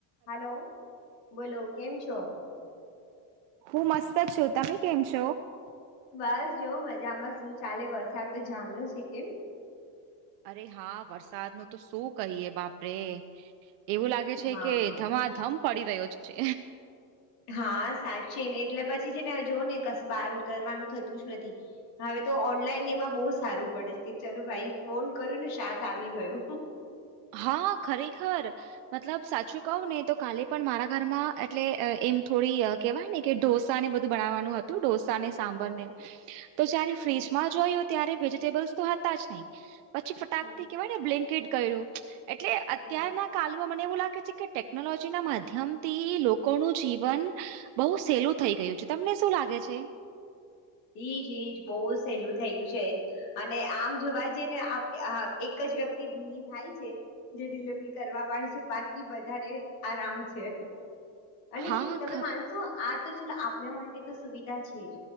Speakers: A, on the left; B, on the right.
A: Hello બોલો કેમ છો
B: હું મસ્ત જ છોતાં કેમ છ
A: બસ જો મજામાં શું ચાલે વરસાદ તો જામ્યો છે કેમ
B: અરે હા વરસાદ નું તો શું કહીયએ બાપરે એવું લાગે છે
A: હા
B: કે ધમાધમ પડી રહ્યો છે
A: હા સાચી ને એટલે પછી છે ને જોઓ ને ક બહાર ઉતરવાનું થતું જ નથી હવે તો ઓનલાઈન એમાં બહુ સારું પડે છે કે ચલોો ભાઈ ફોન કર્યો ને શાક આવી ગયું
B: હા હ ખરેખર મતલબ સાચું કહવ ને તો કાલે પણ મારા ઘરમાં એટલે એમ થોડી કેવાય ને કે ોસા ને બધું બનાવાનું હતું ોસા ને સાંબર ને તો જયારે ફ્રીજમાં
A: હમ
B: જોયયો ત્યારે વેજીિટેબલ્સ તો હતા જ નહી પછી ફટાક
A: હમ
B: થી કેવાય કેટ કર્યું એટલે અત્યાર
A: હમ
B: કાલમાં મને એવું લાગે છે કે ટેકનોલોજી ના માધ્યમ થી લોકોનું જીવન બઉુ સહેલું થઇ ગયું છે તમને શું લાગે છે
A: એઈજ ઈજ બહુ સહેલું થઈ ગયું છે એજ અને આમ જોવા જઈ ને એક જ વ્યક્તિ ભીની થાય છે જે ડિલવરી કરવા વાળી છે બાકી બધાને આરામ છે અને
B: હા
A: તમે
B: ખ
A: માનશો આ તો ચ આપને માટે તો સુવિધા છે જ